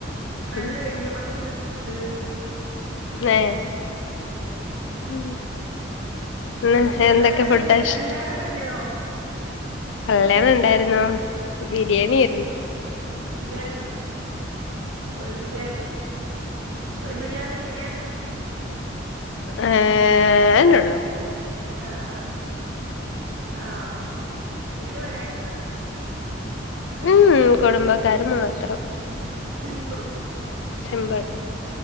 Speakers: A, on the right; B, on the left.
A: നല്ല
B: ഉം
A: വലിയ മത്തി കിട്ടുണ്ട്
B: ഏ
A: ഉം
B: ഉ ഉ
A: എന്താണ്
B: എന്തൊക്കെ
A: ങ്ങട്ട്
B: ഫുഡഷ
A: കല്യാണൊക്കെ ഇണ്ടേന്നോ
B: കല്യാണം ഉണ്ടായിുന്നോ ബിരിയാണി ആായിരുന്നു
A: ബിരിയാണി കോയ് ബിരിയാണി കോയ് ബിരിയാണി പിന്നെ
B: ഏർ അനെള്ളൂ
A: ആഹ ആഹ ആഹ വല്യ വരുട്ട
B: ഉം കുടുംബക്കാര് മാത്രം
A: സിമ്പിൾ
B: സിമ്പിൾ